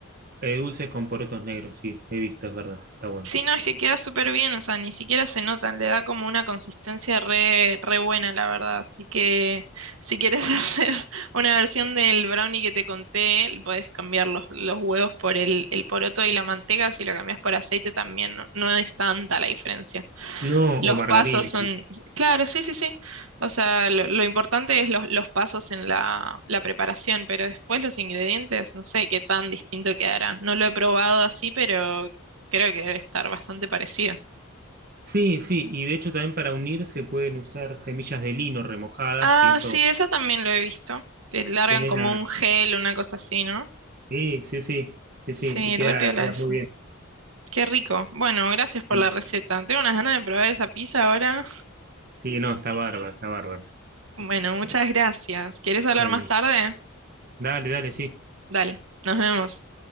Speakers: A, on the right (about 45°); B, on the right (about 75°).
A: eh, dulces con porotos negros, sí, he visto, es verdad, está bueno.
B: Sí, no, es que queda súper bien, o sea, ni siquiera se notan, le da como una consistencia re, re buena, la verdad. Así que si quieres <laughs> hacer una versión del brownie que te conté, puedes cambiar los, los huevos por el, el poroto y la manteca, si lo cambias por aceite también, no, no es tanta la diferencia.
A: No,
B: Los
A: o margarina.
B: pasos son,
A: incluso.
B: claro, sí, sí, sí. O sea, lo, lo importante es los, los pasos en la, la preparación, pero después los ingredientes, no sé qué tan distinto quedará. No lo he probado así, pero creo que debe estar bastante parecido.
A: Sí, sí, y de hecho también para unir se pueden usar semillas de lino remojadas
B: Ah,
A: y eso
B: sí, esa también lo he visto. Que largan
A: genera...
B: como un gel, una cosa así, ¿no?
A: Sí, sí, sí, sí, sí,
B: Sí,
A: y queda,
B: re piola
A: queda
B: eso.
A: muy bien.
B: Qué rico. Bueno, gracias por
A: Sí,
B: la receta. Tengo unas ganas de probar esa pizza ahora.
A: Sí, no, está bárbaro, está bárbaro.
B: Bueno, muchas
A: Eh,
B: gracias. ¿Quieres hablar
A: Bueno,
B: más tarde?
A: dale, dale, sí.
B: Dale, nos vemos.